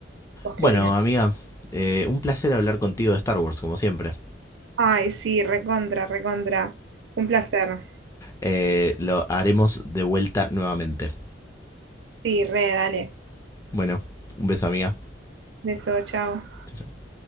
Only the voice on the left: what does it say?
Bueno,
amiga, eh, un placer hablar contigo de Star Wars, como siempre.
Eh, lo haremos de vuelta nuevamente.
Bueno, un beso, amiga.
Chau, chau.